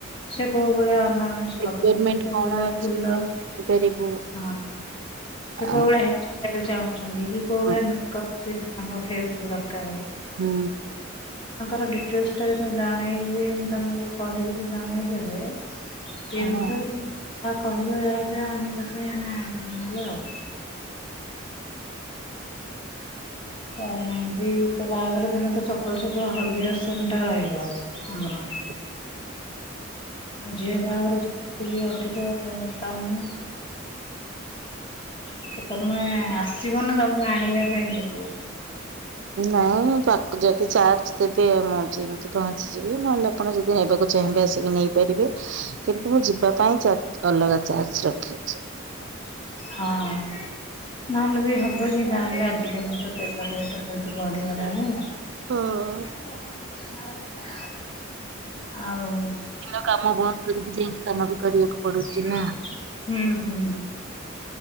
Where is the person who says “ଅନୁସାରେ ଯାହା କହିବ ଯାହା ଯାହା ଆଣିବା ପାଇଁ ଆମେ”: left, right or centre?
Left